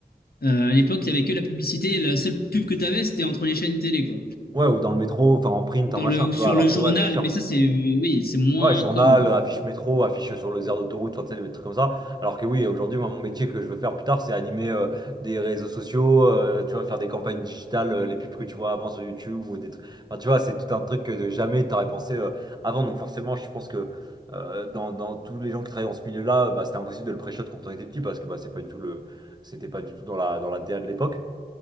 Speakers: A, on the left; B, on the right.
A: Euh, à l'époque, il n'y avait que la publicité. La seule pub que tu avais, c'était entre les chaînes télé, quoi.
B: ouais, ou dans le métro, enfin, en print,
A: ou dans
B: en machin,
A: le, ou
B: tu
A: sur
B: vois, alors
A: le journal,
B: que, ouais, bien sûr.
A: mais ça, c'est oui, c'est moins
B: Ouais, journal,
A: comme, quoi.
B: affiche métro, affiche sur les aires d'autoroute, enfin, tu sais, des trucs comme ça. Alors que oui, aujourd'hui, moi, mon métier que je veux faire plus tard, c'est animer euh, des réseaux sociaux, euh, tu vois, faire des campagnes digitales, euh, les pubs que tu vois avant sur YouTube ou des trucs. Enfin, tu vois, c'est tout un truc que de jamais t'aurais pensé euh, avant. Donc forcément, je pense que euh, dans, dans tous les gens qui travaillent dans ce milieu-là, euh, bah, c'était impossible de le pré-shot quand on était petit parce que bah, c'est pas du tout le... c'était pas du tout dans la, dans la DA de l'époque.